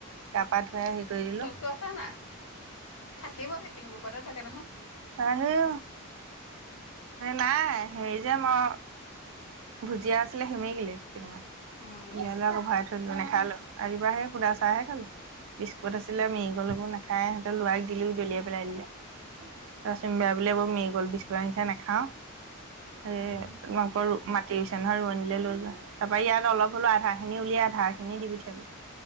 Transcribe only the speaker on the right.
গা পা ধুৱাই হেৰি কৰি দিলোঁ
আহে নাই হেৰি যে মই ভুজিয়া আছিলে সেমেকিলেই কেইটামান
ইয়ালৈ আকৌ ভৰাই থৈ দিলোঁ নেখালো ৰাতিপুৱা সে সুদা চাহহে খালো বিস্কুট আছিলে মি <unintelligible> নাখায় লৰাক দিলোঁ দলিয়াই পেলাই দিলে, আকৌ মেৰিগল বিস্কুট আনিছে ঠে নাখাওঁ সে
তোমালোকৰ মাটি ৰুইছে নহয় ৰুৱনীলৈ লৈ যোৱা তাৰপৰা ইয়াত অলপ হলো আধা খিনি উলিয়াই আধা খিনি দি পঠিয়ালো